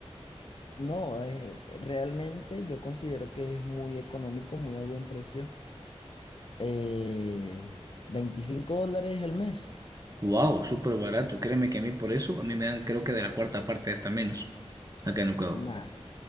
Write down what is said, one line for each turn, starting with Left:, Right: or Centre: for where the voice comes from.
Left: No, eh, realmente yo considero que es muy económico, muy a buen precio. Eh, 25 dólares el mes.
Right: Wow, súper barato. Créeme que a mí por eso, a mí me dan creo que de la cuarta parte hasta menos acá en Ecuador.
Left: Nah,